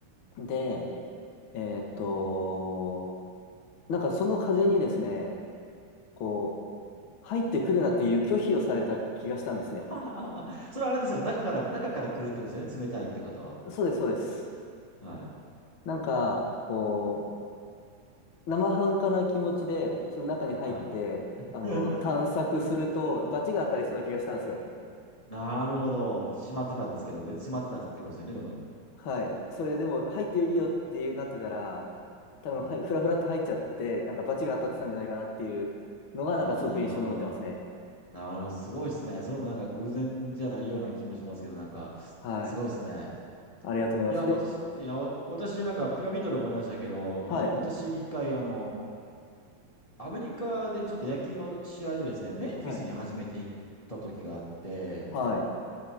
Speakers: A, on the left (about 60°); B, on the left (about 20°).
A: で、えっと、なんかその風にですね、こう、入ってくるなっていう拒否をされた気がしたんですね。
B: あ。<laughs> それあれですよね。中から、中から来るってことですよね。冷たいってことは。
A: そうです、そうです。
B: はい、
A: なんか、こう、生半可な気持ちで、その中に入って、
B: はい。
A: あの、
B: <laughs>
A: 探索すると、罰が当たりそうな気がしたんですよ。
B: なるほど。閉まってたんですけど、で、閉まってたってことですよね。でも、
A: はい。それでも、入っていいよっていうなってたら、多分、
B: うん、
A: はい、ふらふらっと入っちゃって、なんか罰が当たってたんじゃないかなっていうのが、
B: うん。ああ、
A: なんかすごく印象に残ってますね。
B: なるほど。なるほど、すごいですね。それもなんか偶然じゃないような気もしますけど、なんか、
A: はい。
B: すごいですね。
A: ありがとうございます。
B: いや、私、
A: で、
B: いや、わ私なんかピラミッドで思い出したけど、
A: はい。
B: あの、私一回、あの、アメリカでちょっと野球の試合でですね、メンフィスに初めて行った時があって、
A: はい。はい。